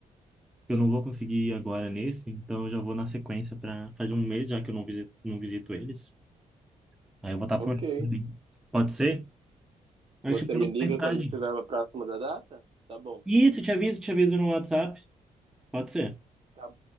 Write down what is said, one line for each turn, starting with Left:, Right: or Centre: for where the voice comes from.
Centre: Eu não vou conseguir ir agora nesse, então eu já vou na sequência para faz um mês já que eu não visito, não visito eles. Aí eu vou estar
Right: Ok.
Centre: por. ali. Pode ser? Aí
Right: Você
Centre: Eu te mando
Right: me liga
Centre: uma mensagem.
Right: quando estiver próximo da data? Tá bom.
Centre: Isso, te aviso, te aviso no WhatsApp. Pode ser.
Right: Tá,